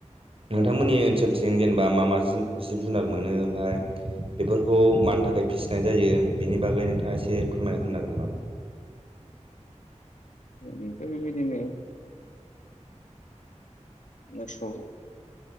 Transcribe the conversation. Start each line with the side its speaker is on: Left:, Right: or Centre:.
Right: नोंथांमोननि
Left: औ
Right: ओनसोलथिं जेनेबा मा मा जि- जिब जुनार मोनो ओमफाय बेफोरखौ मानि थाखाय फिसिनाय जायो बिनि बागै नोंथाङा एसे फोरमायना होनो नांगोन नामा?
Left: बिफोरबायदिनो मोसौ